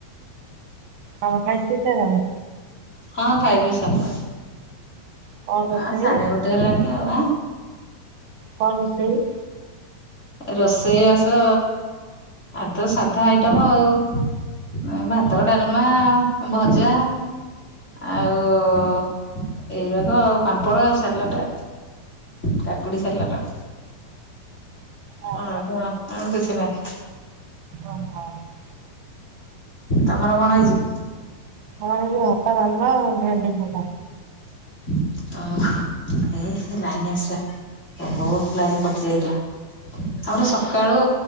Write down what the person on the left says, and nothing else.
ହଁ ଖାଇ ପି ସାରିଲୁଣି।
ହଁ ସାଢେ ଗୋଟେ ହେଲାଣି ଆଉ ଆ
ରୋଷେଇ ବାସ ଆଜି ତ ସାଧା ଆଇଟମ ଆଉ। ନାଇ ଭାତ ଡାଲମା ଭଜା। ଆଉ, ଏଇଗୁରାକ ଆଉ ପାମ୍ପଡ଼ ଆଉ ସାଲାଟ କାକୁଡି ସାଲଟ। <unintelligible>
ଆଉ କିଛି ନାଇ।
ତମର କଣ ହେଇଚି?
<unintelligible> ଓ ହେ ଲାଇନ ଆସିଲା ଓହୋ ଲାଇନ କଟି ଯାଇଥିଲା। ଆମର ସକାଳୁ